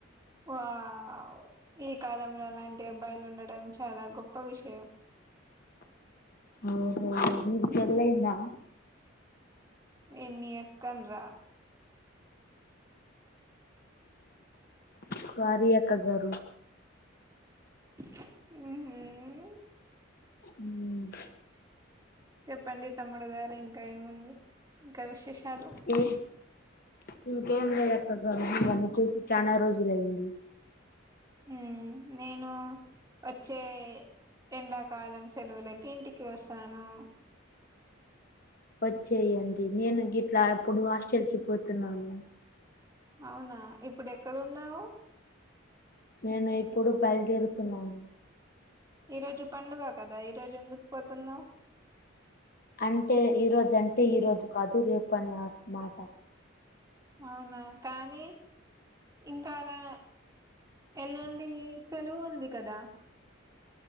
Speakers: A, on the right; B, on the left.
A: వావ్ ఈ కాలంలో అలాంటి అబ్బాయిలు ఉండడం చాలా గొప్ప విషయం
B: ఓహో మీకు పెళ్లైయిందా
A: నిన్ని ఎస్ కోన్ క్కోన్ రా
B: స్వారి అక్క గారు
A: ఉహూ
B: ఊమ్
A: చొప్పండి తమ్ముడు గారు ఇంకా ఏముంది ఇంకా విశేషాలు
B: ఏ ఇంకేం లేదు అక్క గారు ఇవన్నీ చూసి చానా రోజుల య్యింది
A: మ్ నేనూ వచ్చే ఎండాకాలం సెలవులకి ఇంటికి వస్తాను
B: వచ్చేయండి నేను గిట్లా అప్పుడు హాస్టల్ కి పోతున్నాను
A: అవునా ఇప్పుడు ఎక్కడున్నావ్
B: నేనా ఇప్పుడు బయల్దేరుతున్నాను
A: ఈ రోజు పండుగ కదా ఈ రోజు ఎందుకు పోతున్నావ్
B: అంటే ఈరోజంటే ఈ రోజు కాదు రేపు అని మాట
A: అవునా కానీ ఇంకా రా ఎల్లుండి సెలవు ఉంది కదా